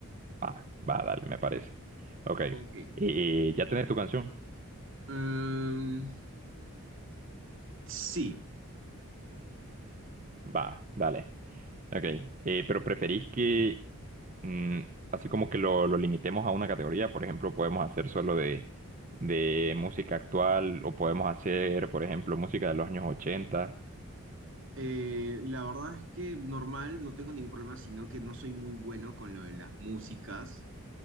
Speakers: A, on the right; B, on the right.
A: Va, va, dale, me parece. Ok.
B: Ok.
A: Eh, ¿ya tenés tu canción?
B: Em, sí,
A: Va, dale. Ok. eh, pero preferís que, mm, así como que lo, lo limitemos a una categoría. Por ejemplo, podemos hacer solo de, de música actual o podemos hacer, por ejemplo, música de los años ochenta
B: eh, la verdad es que normal, no tengo ningún problema, sino que no soy muy bueno con lo de las músicas,